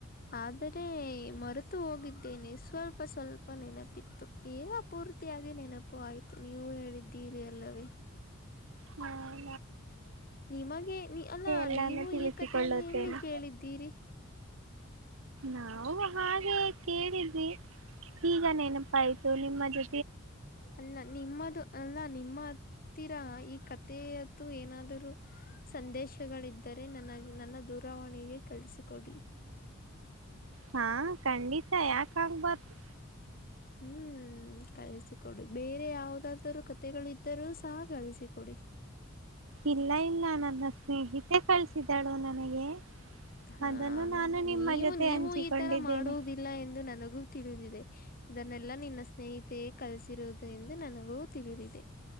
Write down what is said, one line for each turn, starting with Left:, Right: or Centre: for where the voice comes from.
Left: ಆದರೆ ಮರೆತು ಹೋಗಿದ್ದ ನೆ ಸ್ವಲ್ಪ ಸ್ವಲ್ಪ ನೆನಪಿತ್ತು ಈಗ ಪೂರ್ತಿಯಾಗಿ ನೆನಪು ಆಯ್ತು ನೀವು ಹೇಳಿದ್ದಿ ಇದೆ ಅಲ್ಲವೇ
Right: ಹ್ಮ
Left: ನಿಮಗೆ ನೀ ಅಲ್ಲಾ
Right: ಎಲ್ಲಾನು
Left: ನೀವು
Right: ತಿಳಿಸಿಕೊಳ್ಳುತ್ತೇನೆ
Left: ಈ ಕಥೆಯನ್ನು ಎಲ್ಲಿ ಕೇಳಿದ್ದೀರಿ
Right: ನಾವು ಹಾಗೆ ಕೇಳಿದ್ವಿ ಈಗನೇ ನಪಾಯಿತು ನಿಮ್ಮ ಜೋ
Left: ಅಲ್ಲ ನಿಮ್ಮದು ಅಲ್ಲ ನಿಮ್ಮದು ಹತ್ತಿರ ಈ ಕಥೆಯತು ಏನಾದರೂ ಸಂದೇಶಗಳಿದ್ದರೆ ನನಗೆ ನನ್ನ ದೂರ ವಣಿಗೆ ಕಳಿಸಿಕೊಡಿ
Right: ಹಾ ಖಂಡಿತಾ ಯಾಕ ಆಗಬಾರದು
Left: ಹ್ಮ್ ಕಲಿಸಿಕೊಡಿ ಬೇರೆ ಯಾವದಾದರೂ ಕತೆೆಗಳಿದ್ದರೂ ಸಹ ಕಳಸಿಕೊಡಿ
Right: ಇಲ್ಲ ಇಲ್ಲ ನನ್ನ ಸ್ನೇಹಿತೆ ಕಳ್ಸಿದ್ದಾಳು ನನಗೆ
Left: ಹಾ
Right: ಅದನ್ನು ನಾನು ನಿಮ್ಮ
Left: ನೀವು
Right: ಜೊತೆ
Left: ನೀವು
Right: ಹಂಚಿಕೊಂಡಿದ್ದೇನೆ
Left: ಈ ತರ ಮಾಡುವುದಿಲ್ಲ ಎಂದು ನನಗೂ ತಿಳಿದಿದೆ ಇದನ್ನೆಲ್ಲಾ ನಿನ್ನ ಸ್ನೇಹಿತೆಯೇ ಕಲಿಸಿರುವುದು ಎಂದು ನನಗೂ ತಿಳಿದಿದೆ